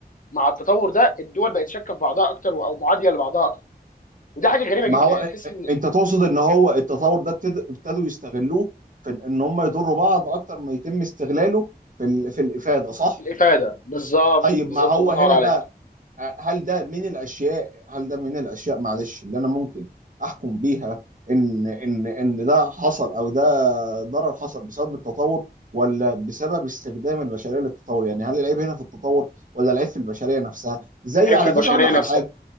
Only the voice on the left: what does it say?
مع التطور ده الدول بقت شاكه في بعضها اكتر و... او معاديه لبعضها اكتر ودي حاجه غريبه
جدا
يعني
تحس
ان
الافاده بالظبط
بالظبط
الله ينور
عليك
العيب
في البشريه
نفسها